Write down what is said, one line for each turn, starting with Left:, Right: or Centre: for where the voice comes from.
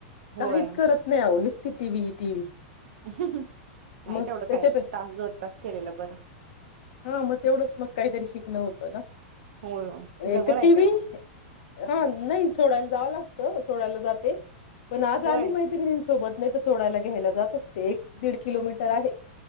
Right: होय
Left: काहीच करत नाही. स टी व टी
Right: नाही
Left: मग
Right: तेवढं
Left: त्याच्या
Right: काय तास दोन तास केलेलं बरं
Left: हां मग तेवढंच मग काहीतरी शिकणं होतं ना
Right: होय होय जवळ
Left: एक तर
Right: आहे
Left: टी
Right: काय
Left: व्ही
Right: मग,
Left: हा नाही सोडायला जावं लागतं सोडायला जाते. पण आज आली
Right: होय
Left: मैत्रिणीं सोबत, नाही तर सोडायला घ्यायला जात असते एक दीड किलोमीटर आहे.